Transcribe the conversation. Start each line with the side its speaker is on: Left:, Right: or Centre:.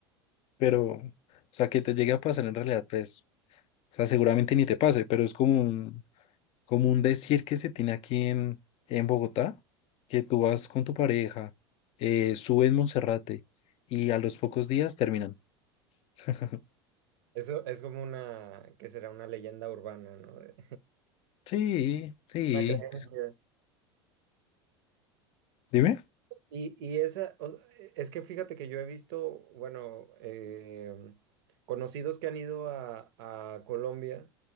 Left: pero, o sea, que te llegue a pasar en realidad, pues, o sea, seguramente ni te pase, pero es como un, como un decir que se tiene aquí en, en Bogotá, que tú vas con tu pareja, eh, subes Monserrate y a los pocos días terminan. <laughs>
Right: Eso es como una, que será una leyenda urbana, ¿no? De-
Left: Sí, sí.
Right: una creencia.
Left: Dime.
Right: Y, y esa, o- es que fíjate que yo he visto, bueno, eh, conocidos que han ido a, a Colombia,